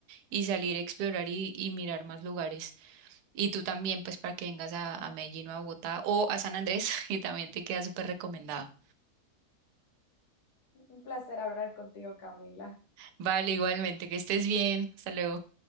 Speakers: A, on the right; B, on the left.
A: y salir a explorar y, y mirar más lugares. Y tú también, pues para que vengas a, a Medellín o a Bogotá o a San Andrés, <laughs> y también te queda súper recomendado.
B: Un placer hablar contigo, Camila.
A: Vale, igualmente, que estés bien. Hasta luego.